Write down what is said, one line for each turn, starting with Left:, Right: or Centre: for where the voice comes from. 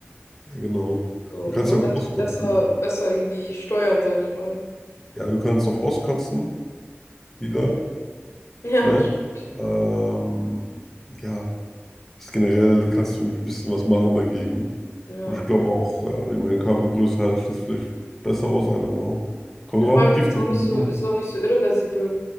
Centre: Ja, genau.
Left: So,
Centre: Man kann
Left: man
Centre: es ja auch
Left: kann es
Centre: auskotzen.
Left: besser, besser irgendwie steuern, sage ich mal.
Centre: Ja, du kannst auch auskotzen wieder.
Left: <laughs> Ja,
Centre: Ne?
Left: stimmt.
Centre: Ähm, ja, ist generell kannst du irgendwie ein bisschen was machen dagegen.
Left: Ja.
Centre: Und ich glaube auch, äh, wegen meiner Körpergröße halte ich das vielleicht besser aus. I don't know. Kommt
Left: Ja,
Centre: drauf
Left: vor
Centre: an,
Left: allem
Centre: wie
Left: ist
Centre: giftig
Left: es auch
Centre: die
Left: nicht so,
Centre: Blume
Left: ist
Centre: ist.
Left: es auch nicht so irreversibel